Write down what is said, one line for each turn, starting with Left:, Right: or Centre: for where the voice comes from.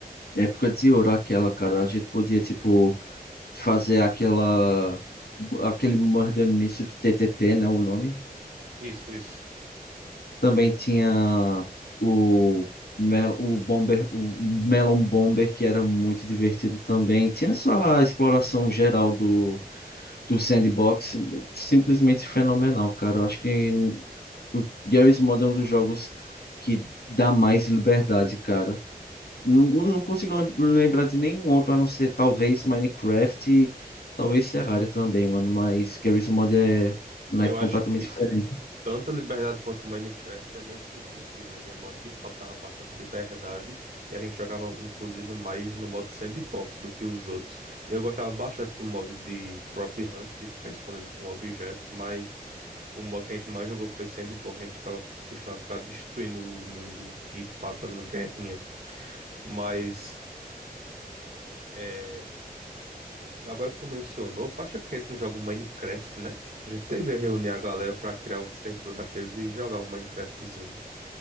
Left: época de ouro aquela, cara, a gente podia, tipo, fazer aquela, aquele Murder Mystery TTT, né, o nome,
Right: Isso, isso.
Left: Também tinha o, Mel, o Bomber, o Melon Bomber, que era muito divertido também. Tinha essa exploração geral do, do sandbox, simplesmente fenomenal, cara. Eu acho que o Garry's Mod é um dos jogos que dá mais liberdade, cara. Não, não não consigo lem- lembrar de nenhum outro, a não ser talvez Minecraft e talvez Terraria também, mano. Mas Garry's Mod é um naipe
Right: Eu acho
Left: completamente
Right: que
Left: diferente.
Right: tanta liberdade quanto o Minecraft é meio que impossível. O Gmod de fato dava bastante liberdade e a gente jogava inclusive mais no modo sandbox do que os outros. Eu gostava bastante do modo de prop hunt, de ficar escondendo com objetos, mas o modo que a gente mais jogou foi sandbox, a gente ficava costumava ficar destruindo o mundo e fa- fazendo guerrinha, mas é, Agora que tu mencionou, faz tempo que a gente não joga um Minecraft, né? A gente teve a reunir a galera pra criar outro servidor daqueles e jogar um Minecraftzinho.